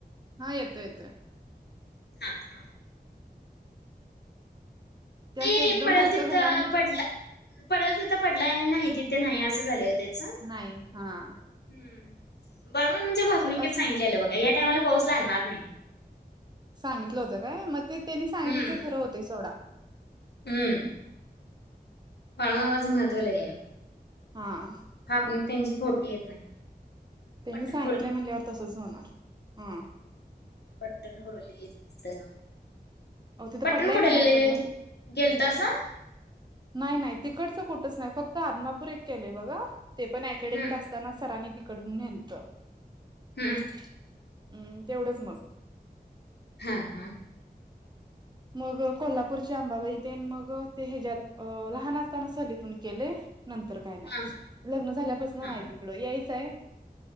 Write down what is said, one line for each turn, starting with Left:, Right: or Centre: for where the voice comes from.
Right: हा येतोय येतोय.
Left: हां हां ते
Right: असं एकदम
Left: पडल
Right: मोठं
Left: तिथं
Right: घरावानी
Left: पडलं, पडल तिथं पडला आणि नाही तिथे नाही असं झालय ओ त्याचं.
Right: नाही हां
Left: हम बाळू मामांच्या भाकणुकेत
Right: असं
Left: सांगितलेलं बघा या टायमाला पाऊस लागणार नाही.
Right: सांगितलं होतं काय म ते त्यांनी सांगितलेल
Left: हम्म
Right: ते खरं होतं सोडा.
Left: हम्म बाळूमामाचं महत्व लई.
Right: हां
Left: भाकणूक त्यांची खोटी येत नाही.
Right: त्यांनी
Left: पट्टण
Right: सांगितलय म्हणल्यावर तसंच होणार. हम्म
Left: पट्टणकडोलीत तिथं.
Right: तिथं
Left: पट्टणकडोलीला
Right: पडलाय का नाही पडला
Left: गेलतासा.
Right: नाही नाही तिकडच कुठच नाही फक्त आदमापूर एक केलंय बघा ते पण अकॅडमीत
Left: हम्म
Right: असताना. असताना सरांनी तिकडून नेलतं.
Left: हम्म
Right: हम्म तेवढंच मग
Left: हां
Right: मग कोल्हापूरची अंबाबाईतेन मग ते हच्यात लहान असताना सहलीतून केलेयं. नंतर काय नाही.
Left: हा
Right: लग्न झाल्यापासन
Left: हा
Right: नाही. कड यायचंय